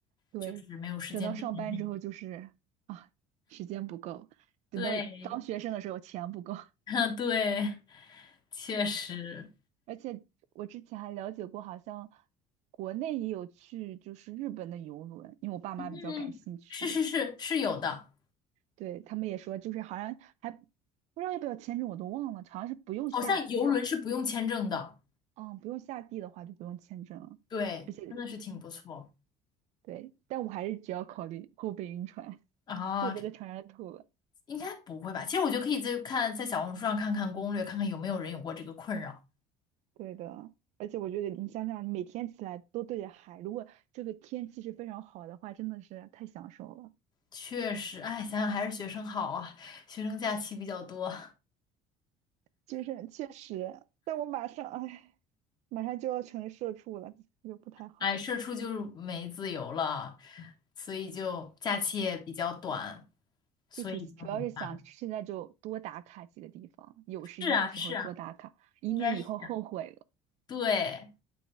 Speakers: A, on the right; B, on the left.
A: 对，
B: 就是没有时间，
A: 等到上班之后就是啊，
B: 这点很遗
A: 时间不够；等到当学生的时候，
B: 对，
A: 钱不够。<laughs>
B: <laughs> 对，确实，
A: 而且我之前还了解过，好像国内也有去就是日本的游轮，因为我爸妈比较感兴趣，
B: 嗯，是是是是有的，
A: 对，他们也说就是好像还不知道要不要签证，我都忘了，好像是不用下下，
B: 好像游轮是不用签证的，
A: 嗯，不用下地的话就不用签证了，
B: 对，
A: 而且
B: 真的是挺不错
A: 对，但我还是只要考虑后背晕船，
B: 啊，
A: 后背会在船上吐了。
B: 应该不会吧？其实我觉得可以再看在小红书上看看攻略，看看有没有人有过这个困扰。
A: 对的，而且我觉得你想想，每天起来都对着海，如果这个天气是非常好的话，真的是太享受了。
B: 确实，哎，想想还是学生好啊，学生假期比较多，
A: 就是确实，但我马上，哎，马上就要成社畜了，就不太好。
B: 哎，社畜就是没自由了，所以就假期也比较短，所以就很烦。
A: 就主主要是想现在就多打卡几个地方，有时间的时候多打卡，
B: 是啊，是啊，
A: 以免以后后悔了。
B: 应该是。对，